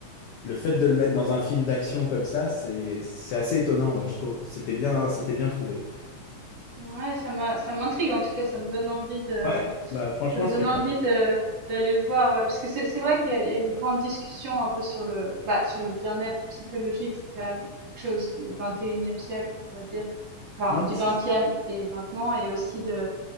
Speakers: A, on the left; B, on the right.
A: le fait de le mettre dans un film d'action comme ça, c'est c'est assez étonnant, ouais, je trouve. C'était bien, c'était bien trouvé.
B: Ouais, ça m'a- ça m'intrigue en tout cas, ça me donne envie de,
A: Ouais, bah franchement,
B: Ça me
A: je
B: donne
A: te le.
B: envie de d'aller le voir, ouais, parce que c'est c'est vrai qu'il y a, il y a une grande discussion un peu sur le bah, sur le bien-être psychologique, c'est quand même quelque chose du 21e siècle, on pourrait dire, enfin
A: Ouais,
B: du
A: c'est
B: 20 et maintenant, et aussi de